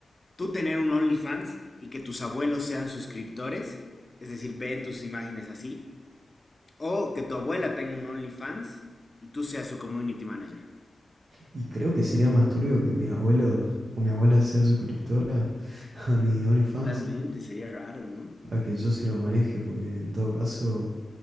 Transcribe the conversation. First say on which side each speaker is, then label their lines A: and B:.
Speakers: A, on the left; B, on the right.
A: tú tener un OnlyFans y que tus abuelos sean suscriptores, es decir, ven tus imágenes así, o que tu abuela tenga un OnlyFans y tú seas su community manager.
B: Y creo que sería más turbio que mis abuelos o mi abuela sea suscriptora <laughs> a mi OnlyFans,
A: Totalmente, sería raro, ¿no?
B: a que yo se lo maneje, porque en todo caso